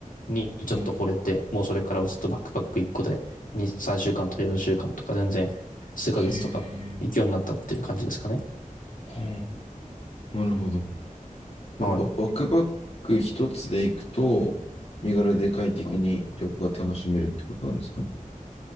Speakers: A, on the left; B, on the left.
A: にちょっと惚れて、
B: うん、
A: もうそれからはずっとバックパック1個で2、3週間とか4週間とか全然数ヶ月とか行くようになったっていう感じですかね。
B: へえ、はあ、なるほど。
A: はい。
B: やっぱ、ワクバック一つで行くと、身軽で快適に旅行が楽しめるってことなんですかね。